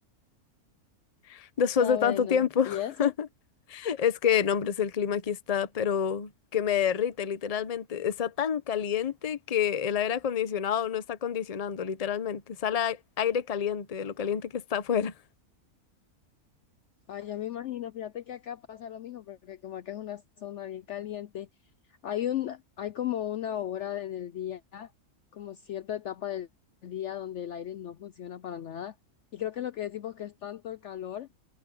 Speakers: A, on the left; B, on the left.
A: <laughs> Después
B: está
A: de tanto
B: bueno.
A: tiempo.
B: ¿Y
A: <laughs>
B: eso?
A: Es que, no, hombre, es el clima aquí está, pero que me derrite literalmente. Está tan caliente que el aire acondicionado no está acondicionando, literalmente. Sale ai- aire caliente de lo caliente que está afuera.
B: Ay, ya me imagino, fíjate que acá pasa lo mismo, porque como acá es una zona bien caliente, hay un, hay como una hora en el día, como cierta etapa del día donde el aire no funciona para nada. Y creo que lo que decimos que es tanto el calor